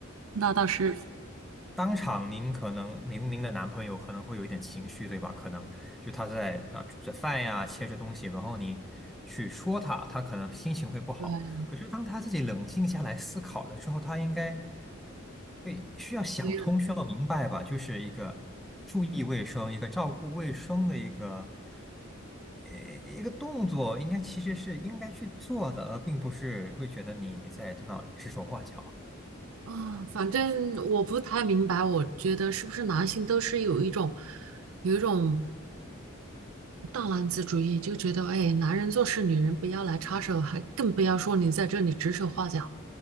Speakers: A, on the right (about 80°); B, in the centre.
A: 那倒是，
B: 当场您可能您您的男朋友可能会有一点情绪，对吧？可能就他在啊、呃煮着饭呀，切着东西，然后你去说他，他可能心情会不好。
A: 对，
B: 可是当他自己冷静下来思考了之后，他应该会需要想通，
A: 没有的
B: 需要明白吧？就是一个注意卫生，一个照顾卫生的一个呃一个动作，应该其实是应该去做的，而并不是会觉得你在那指手画脚。
A: 啊，反正我不太明白，我觉得是不是男性都是有一种有一种大男子主义，就觉得哎，男人做事女人不要来插手，还更不要说你在这里指手画脚，